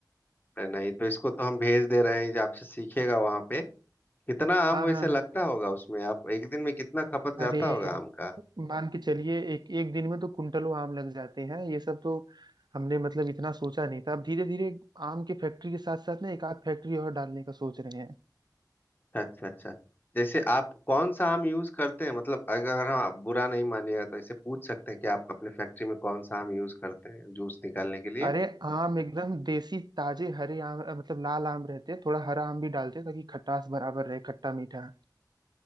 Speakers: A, on the left (about 25°); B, on the right (about 75°).
A: नहीं तो इसको तो हम भेज दे रहे हैं जो आपसे सीखेगा वहां पे कितना आम
B: हाँ
A: वैसे
B: हाँ
A: लगता होगा उसमें आप एक दिन में कितना खपत जाता
B: अरे
A: होगा आम का
B: मान के चलिए एक एक दिन में तो कुंटलों आम लग जाते हैं ये सब तो हमने मतलब इतना सोचा नहीं था अब धीरे धीरे आम की फैक्ट्री के साथ साथ ना एक आध फैक्ट्री और डालने का सोच रहे हैं
A: अच्छा अच्छा जैसे आप कौन सा आम यूज करते हैं मतलब अगर हम आप बुरा नहीं मानिएगा तो ऐसे पूछ सकते हैं कि आप अपने फैक्ट्री में कौन सा आम यूज करते हैं जूस निकालने के लिए
B: अरे आम एकदम देसी ताजे हरे आम अ, मतलब लाल आम रहते हैं थोड़ा हरा आम भी डालते हैं ताकि खटास बराबर रहे खट्टा मीठा